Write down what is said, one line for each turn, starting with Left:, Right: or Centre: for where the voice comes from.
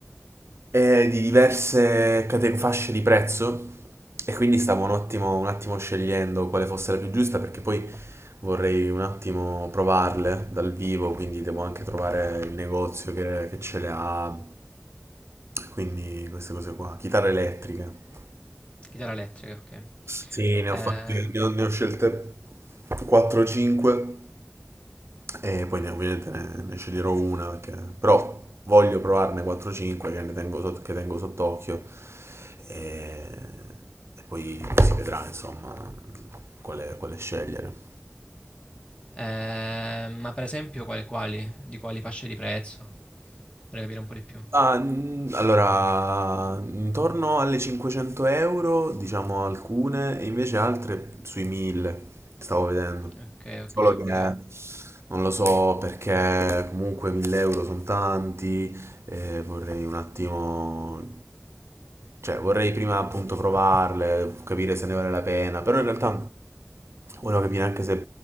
Right: e di diverse cate- fasce di prezzo e quindi stavo un attimo, un attimo scegliendo quale fosse la più giusta perché poi vorrei un attimo provarle dal vivo, quindi devo anche trovare il negozio che, che ce le ha, quindi queste cose qua, chitarre elettriche.
Left: Chitarra elettrica, ok.
Right: Sì, ne
Left: Eh,
Right: ho fatte, ne ho, ne ho scelte 4-5 e poi ne- ovviamente ne, ne sceglierò una, perché- però voglio provarne 4-5 che, ne tengo sott- che tengo sott'occhio e, e poi si vedrà insomma quale, quale scegliere.
Left: eh, ma per esempio quali, quali? Di quali fasce di prezzo? Vorrei capire un po' di più.
Right: Ah, mm, allora, intorno alle 500 euro, diciamo alcune, e invece altre sui 1000, stavo vedendo.
Left: Ok,
Right: Solo
Left: ok,
Right: che
Left: ok.
Right: non lo so perché comunque 1000 euro sono tanti, e vorrei un attimo, cioè vorrei prima appunto provarle, capire se ne vale la pena, però in realtà volevo capire anche se